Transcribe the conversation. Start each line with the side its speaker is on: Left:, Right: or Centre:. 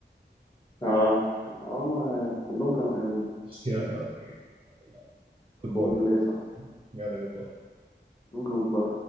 Left: اه هما كلهم كانوا حلوين
Right: يلا اوكي يلا. جود باي
Left: فور
Right: بقى
Left: ليه صح
Right: يلا جود باي
Left: جود